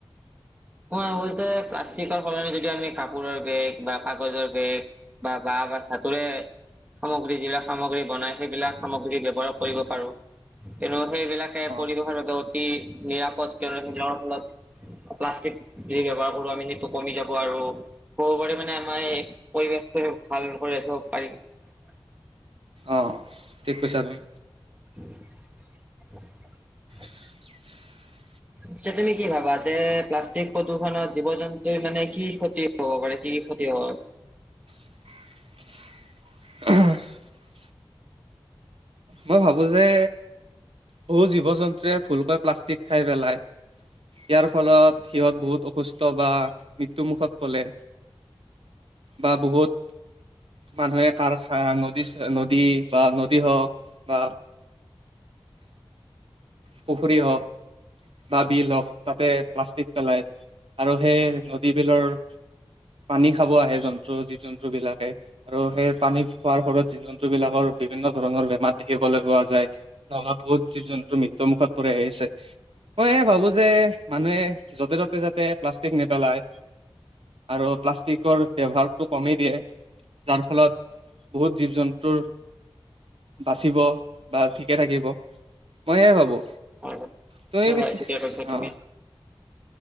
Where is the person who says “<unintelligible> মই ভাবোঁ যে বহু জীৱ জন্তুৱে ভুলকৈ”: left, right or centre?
Right